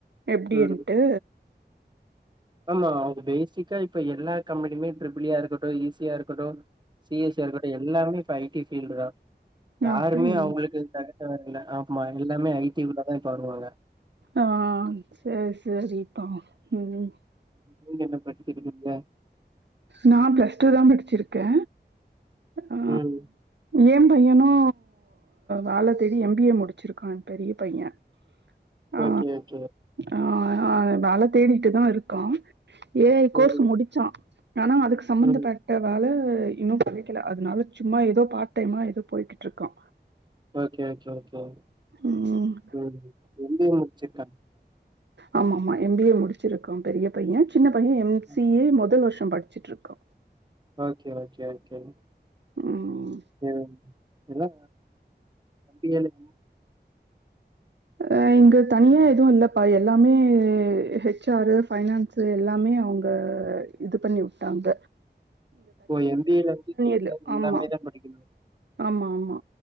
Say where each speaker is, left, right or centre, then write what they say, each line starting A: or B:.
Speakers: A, on the right; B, on the right.
A: எப்டின்ட்டு
B: ம் ஆமா அவுங் பேசிக்கா இப்ப எல்லா கம்பெனிமே ட்ரிபிள் இ யா இருக்கட்டு ஈ சியா இருக் இருக்கட்டு சி எஸ் அ இருக்கட்டு எல்லாமே இப்ப ஐடி பீல்டு தா யாருமே
A: அப்டிங்
B: அவுங்களுக்கு தகு வேற்ல்ல ஆமா எல்லாமே ஐ டி குள்ளதா இப்ப வருவாங்க
A: ஆ ஆ செரி செரிப்பா ம்
B: நீங்க என்ன பண்டுருக்கீங்க
A: நா ப்ளஸ் டூ தா படிச்சிருக்கே ஆ
B: ம்
A: ஏ பையனு வேல தேடி எம் பி ஏ முடிச்சிருக்கா பெரிய பைய ஆ
B: ஓகே ஓகே
A: ஆ ஆ வேல தேடிட்டுதா இருக்கா ஏ ஐ கோர்ஸ்
B: ம்
A: முடுச்சா ஆனா அதுக்கு சம்பந்தப்பட்
B: ம்
A: நல்ல வேல இன்னு கெடக்கல அதனால சும்மா ஏதோ பார்ட் டைமா ஏதோ போய்ட்டுட்ர்க்க
B: ஓகே ஓகே ஒ கே
A: ம்
B: ம் எம் பி எ முட்ச்சுருக்கா
A: ஆமா ஆமா எம் பி ஏ முடுச்சிருக்கா பெரிய பைய சின்ன பைய எம் சி
B: ம்.
A: ஏ மொத வருஷோ படிச்சிட்டு இருக்கா
B: ஓகே ஓகே ஓகே
A: ம்ம்ம்
B: ம் இதுலா பி எல்லெ
A: அ இங்க தனியா எது இல்லப்பா எல்லாமே ஹச்சாரு பைனான் சு எல்லாமே அவுங்க இது பண்ணி வுட்டாங்க
B: இப்போ எம்பிஏல இருந்து டீச்சர்
A: இல்ல
B: எல்லாமே
A: ஆமா
B: தா படிக்கணு
A: ஆமா ஆமா